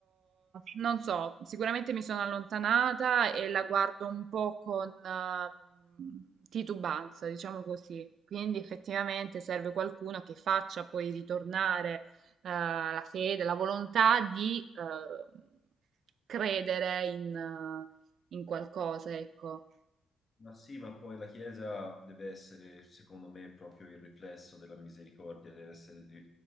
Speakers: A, on the right; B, on the left.
A: non so, sicuramente mi sono allontanata e la guardo un po' con ehm, titubanza, diciamo così. Quindi effettivamente serve qualcuno che faccia poi ritornare eh, la fede, la volontà di eh, credere in, eh, in qualcosa, ecco.
B: Ma sì, ma poi la Chiesa deve essere, secondo me, proprio il riflesso della misericordia, deve essere di-